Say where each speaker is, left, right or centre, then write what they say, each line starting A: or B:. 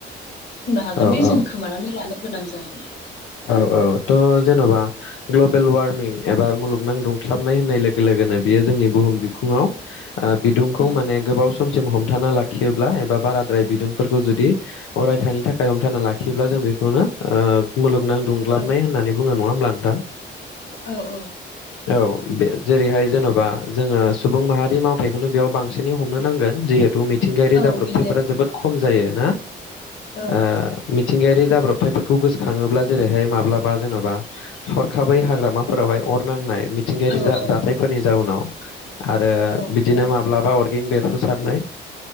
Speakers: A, on the left; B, on the left.
A: हागोनदि
B: औ
A: जों
B: औ
A: खोमानानै लानो गोनां जागोन।
B: औ औ थ' जेन'बा ग्लबेल वार्मिं एबा मुलुगनां दुंस्लाबनाय होननाय लोगो लोगोनो बियो जोंनि बुहुम बिखुङाव ओ बिदुंखौ
A: औ
B: माने गोबाव समसिम हम हमथाना लाखियोब्ला एबा बाराद्राय बिदुंफोरखौ जुदि अरायथानि थाखाय हमथाना लाखियोब्ला जों बेखौनो ओ मुलुगनां दुंग्लाबनाय
A: औ
B: होननानै बुङो नङा होमब्ला नोंथां
A: औ औ
B: औ बे जेरैहाय जेन'बा जोङो सुबुं माहारि मावथायाइखौनो बेयाव बांसिनै हमनो नांगोन जिहेथु मिथिंगायारि
A: औ
B: जाब्रबथिफोरा
A: बेनो
B: जोबोद खम जायो ना
A: औ
B: ओ मिथिंगायारि जाब्रबथायफोरखौ गोसो थाङोब्ला जेरैहाय माब्लाबा जेन'बा हरखाबै हाग्रामाफोरावहाय अर नांनाय मिथिंगायारि
A: औ
B: जा
A: औ
B: जाथायफोरनि जाउनाव आरो
A: औ
B: बिदिनो माब्लाबा अरगं बेरफुसारनाय